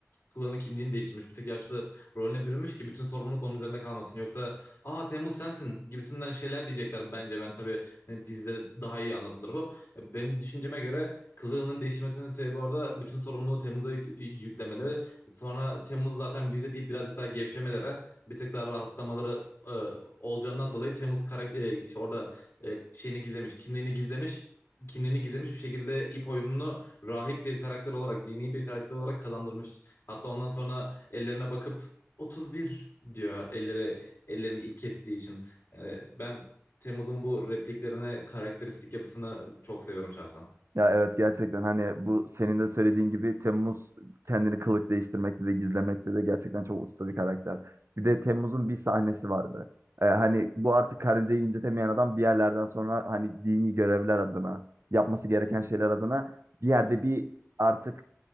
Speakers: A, on the left; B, on the right.
A: Kılığını kimliğini değiştirmiş. Bir tık yaşlı rolüne bürünmüş ki bütün sorumluluk onun üzerinde kalmasın. Yoksa aa Temmuz sensin gibisinden şeyler diyecekler bence. Ben tabii e, dizide daha iyi anlatılır bu. E, Benim düşünceme göre kılığının değişmesinin sebebi orada bütün sorumluluğu Temmuz'a yük- yüklemeleri Sonra Temmuz zaten bize deyip birazcık daha gevşemelere, bir tık daha rahatlamaları e, olacağından dolayı Temmuz karakter e, işte orada e, şeyini gizlemiş, kimliğini gizlemiş. kimliğini gizlemiş bir şekilde ip oyununu rahip bir karakter olarak, dini bir karakter olarak kazandırmış. Hatta ondan sonra ellerine bakıp 31 diyor elleri ellerini ip kestiği için. Yani ben Temmuz'un bu repliklerine, karakteristik yapısını çok seviyorum şahsen.
B: Ya evet gerçekten hani bu senin de söylediğin gibi Temmuz kendini kılık değiştirmekte de gizlemekte de gerçekten çok usta bir karakter. Bir de Temmuz'un bir sahnesi vardı. Ee, hani bu artık karıncayı incetemeyen adam bir yerlerden sonra hani dini görevler adına yapması gereken şeyler adına bir yerde bir artık